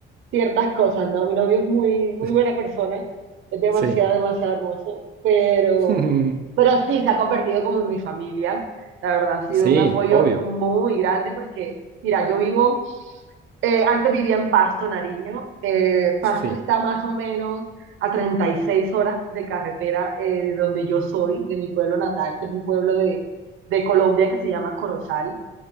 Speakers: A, on the right; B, on the right.
A: ciertas cosas, ¿no? Mi novio es muy, muy
B: <laughs>
A: buena persona, es demasiado,
B: sí.
A: demasiado hermoso, pero,
B: <laughs>
A: pero sí, se ha convertido como en mi familia. La verdad, ha sido
B: Sí,
A: un apoyo
B: obvio.
A: muy grande porque, mira, yo vivo, eh, antes vivía en Pasto, Nariño. Eh, Pasto
B: Sí,
A: está más o menos a 36 horas de carretera eh, de donde yo soy, de mi pueblo natal, que es un pueblo de, de Colombia que se llama Corozal.